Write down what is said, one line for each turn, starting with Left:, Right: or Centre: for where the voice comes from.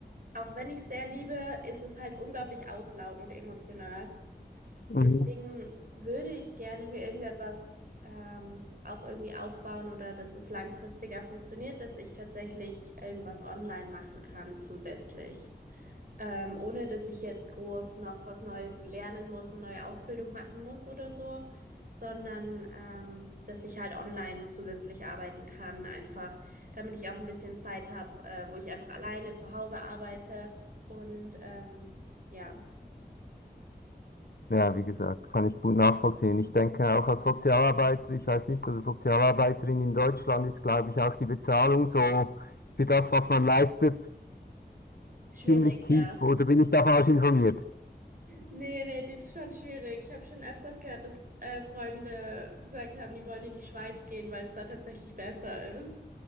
Right: auch wenn ich sehr liebe, ist es halt unglaublich auslaugend emotional.
Left: Mhm.
Right: Deswegen würde ich gerne mir irgendetwas ähm, auch irgendwie aufbauen oder dass es langfristiger funktioniert, dass ich tatsächlich irgendwas online machen kann zusätzlich ähm, ohne dass ich jetzt groß noch was Neues lernen muss und neue Ausbildung machen muss oder so, sondern ähm, dass ich halt online zusätzlich arbeiten kann, einfach, damit ich auch ein bisschen Zeit habe, äh, wo ich einfach alleine zu Hause arbeite. Und ähm, ja,
Left: Ja, wie gesagt, kann ich gut nachvollziehen. Ich denke auch als Sozialarbeiter, ich weiß nicht, oder Sozialarbeiterin in Deutschland ist, glaube ich, auch die Bezahlung so für das, was man leistet,
Right: schwierig,
Left: ziemlich tief.
Right: ja.
Left: Oder bin ich da falsch informiert?
Right: Nee, nee, die ist schon schwierig. Ich habe schon öfters gehört, dass äh, Freunde gesagt haben, die wollen in die Schweiz gehen, weil es da tatsächlich besser ist.